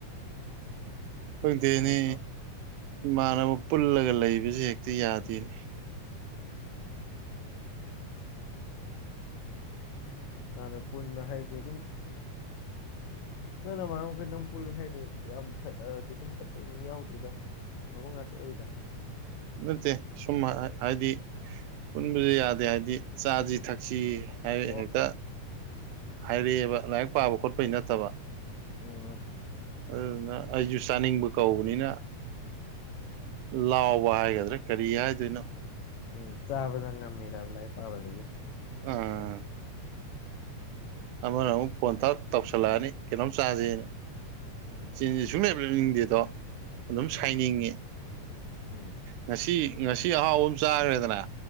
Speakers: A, on the right (about 80°); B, on the left (about 70°).
A: ꯈꯪꯗꯦꯅꯦ
B: ꯑꯗꯨꯃꯥꯏꯅ ꯇꯧꯔ
A: ꯏꯃꯥꯟꯅꯕ ꯄꯨꯜꯂꯒ ꯂꯩꯕꯁꯦ ꯍꯦꯛꯇ ꯌꯥꯗꯦꯅꯦ
B: ꯏꯁꯩ <unintelligible> ꯑꯗꯥ ꯄꯨꯟꯕ ꯍꯥꯏꯁꯦ ꯑꯗꯨꯝ ꯅꯪ ꯅꯃꯥꯟꯅꯕ ꯄꯨꯜꯂꯦ ꯍꯥꯏꯗꯣ ꯌꯥꯝ ꯀꯩꯁꯨꯝ ꯐꯠꯇꯕ ꯃꯤ ꯌꯥꯎꯗꯦꯗ <unintelligible> ꯉꯥꯇ ꯎꯏꯗ
A: ꯅꯠꯇꯦ ꯁꯨꯝ ꯍꯥ ꯍꯥꯏꯗꯤ ꯄꯨꯟꯕꯖꯦ ꯌꯥꯗꯦ ꯍꯥꯏꯗꯤ ꯆꯥꯖꯤ ꯊꯛꯁꯤ ꯍꯥꯏꯔꯛ
B: ꯑꯣ
A: ꯑꯦ ꯍꯦꯛꯇꯥ ꯍꯥꯏꯔꯛ ꯑꯦꯕ ꯂꯥꯏꯔꯤꯛ ꯄꯥꯕ ꯈꯣꯠꯄꯩ ꯅꯠꯇꯕ
B: ꯑꯣ
A: ꯑꯗꯨꯗꯨꯅ ꯑꯩꯖꯨ ꯆꯥꯅꯤꯡꯕ ꯀꯧꯕꯅꯤꯅ ꯂꯥꯎꯕꯥ ꯍꯥꯏꯒꯗ꯭ꯔꯥ ꯀꯔꯤ ꯍꯥꯏꯗꯣꯏꯅꯣ
B: ꯎꯝ ꯆꯥꯕꯗ ꯉꯝꯃꯤꯔꯥꯕ ꯂꯥꯏꯔꯤꯛ ꯄꯥꯕꯗꯒꯤ
A: ꯑꯥ ꯑꯃꯅ ꯑꯃꯨꯛ ꯐꯣꯟ ꯇꯛ ꯇꯧꯁꯜꯂꯛ ꯑꯅꯤ ꯀꯩꯅꯣꯝ ꯆꯥꯥꯖꯦꯅ
B: ꯎꯝ
A: ꯆꯤꯟꯖꯦ ꯁꯨꯡꯂꯦꯞ ꯂꯦꯞꯅꯤꯡꯗꯦꯗꯣ ꯑꯗꯨꯝ ꯁꯥꯏꯅꯤꯡꯉꯤ
B: ꯑꯣꯝ
A: ꯉꯁꯤ ꯉꯁꯤ ꯑꯍꯥꯎꯕ ꯑꯃ ꯆꯥꯒ꯭ꯔꯦꯗꯅ